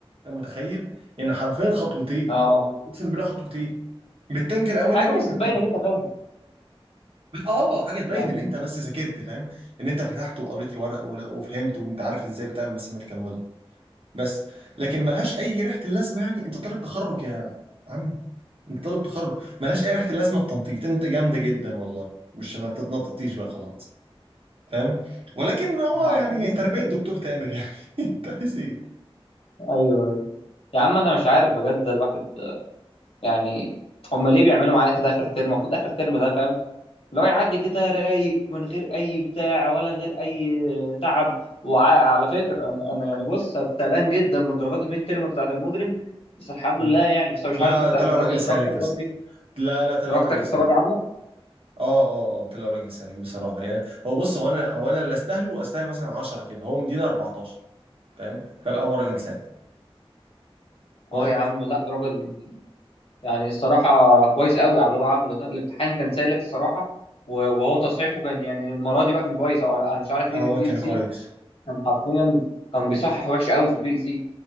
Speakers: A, on the right; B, on the left.
A: انت متخيل يعني حرفيا خطوتين
B: اه
A: اقسم بالله خطوتين للتانك الاولاني
B: حاجه بس
A: وللتانك
B: تبين غير
A: التاني
B: تفاهم
A: اه حاجه تبين
B: يعني
A: ان انت بس ذاكرت فاهم ان انت فتحت وقريت الورق ولا- وفهمت وانت عارف ازاي بتعمل ماثيماتيكال موديل بس لكن ملهاش اي ريحه اللازمه يعني انت طالب تخرج يا عم انت طالب تخرج ملهاش اي ريحه اللازمه التنطيط انت جامده جدا والله مش ما تتنططيش بقى خلاص فاهم ولكن هو
B: ما
A: يعني
B: دي مشكله
A: تربيه دكتور تامر يعني <laughs> انت عايز ايه
B: ايوه ايوه يا عم انا مش عارف بجد الواحد يعني هم ليه بيعملوا معانا كده اخر الترم المفروض اخر الترم ده فاهم اللي هو يعدي كده رايق من غير اي بتاع ولا غير اي تعب وعلى فكره انا انا يعني بص أنا كنت قلقان جدا من درجات الميد تيرم بتاعت المودرن بس الحمد
A: مم.
B: لله يعني بس أنا مش
A: لا
B: عارف انت انت
A: طلع راجل
B: درجتك
A: سالك يا
B: راضي
A: اسطى لا لا طلع
B: درجتك
A: راجل
B: انت
A: سالك
B: راضي عنها
A: اه اه اه طلع راجل سالك بصراحه يعني هو بص هو انا هو انا اللي استاهله استاهل مثلا 10 كده هو مدينه 14 فاهم فلا هو راجل سالك
B: اه
A: هو راجل
B: يا عم
A: سالك
B: لا راجل يعني يعني الصراحه كويس قوي على اللي هو عامله ده الامتحان كان سالك الصراحه و- وهو تصحيحه كان يعني المره دي بقى كان كويس أو انا مش عارف
A: لا
B: ليه
A: هو
B: في البي
A: كان
B: ال سي
A: كويس
B: كان حرفيا كان بيصحح وحش قوي في البي ال سي